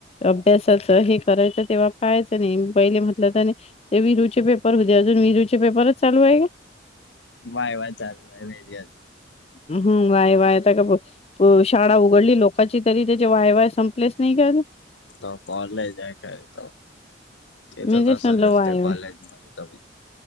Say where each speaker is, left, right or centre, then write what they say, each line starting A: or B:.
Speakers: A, on the left; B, on the left.
A: अभ्यासाचं हे करायचं तेव्हा पाहायचं नाही पहिले म्हटलं तर. ते विरू चे पेपर उदय होते अजून विरूचे पेपरच चालू आहे का?
B: वाय वाया चालू आहे येडी इट.
A: ह हम् वाय वायता का हो शाळा उघडली लोकांची तरी त्याचे वाय वाय संपलेच नाही का अजुन
B: त कॉलेज आहे काय त, तेथ
A: मी तेच
B: तसच
A: म्हणलं
B: असते
A: वाय वाय
B: कॉलेज मध्ये तर